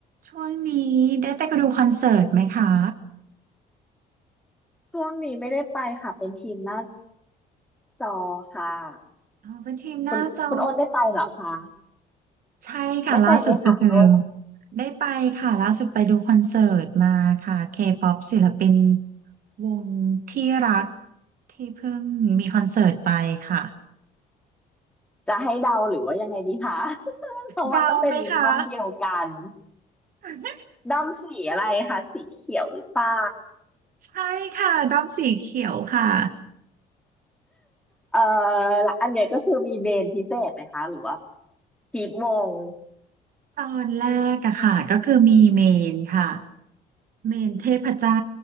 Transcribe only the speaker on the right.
ช่วงนี้ได้ไปดูคอนเสิร์ตไหมคะ
อ๋อเป็นทีมหน้าจอ
ใช่ค่ะล่าสุดก็คือ
ได้ไปค่ะล่าสุดไปดูคอนเสิร์ตมาค่ะ K-pop ศิลปินวงที่รักที่เพิ่งมีคอนเสิร์ตไปค่ะ
เดาไหมคะ <laughs>
ใช่ค่ะด้อมสีเขียวค่ะ
ตอนแรกอะค่ะก็คือมีเมนค่ะ เมนเทพเจ้า